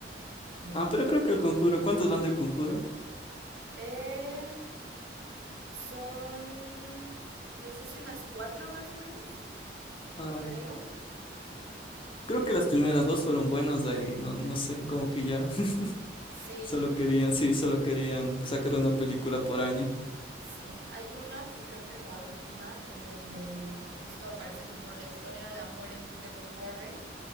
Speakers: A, on the right; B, on the left.
A: de
B: Ah,
A: hecho.
B: pero creo que El Conjuro, ¿cuántas van del Conjuro?
A: Eh, son, no sé si unas cuatro más o menos,
B: Ah,
A: creo.
B: creo que las primeras dos fueron buenas de ahí, no, no sé, como que ya <laughs>
A: Sí,
B: solo querían, sí, solo querían sacar una película por año.
A: sí, hay una que creo que es la última, en donde justo aparece como la historia de amor en- de los Warren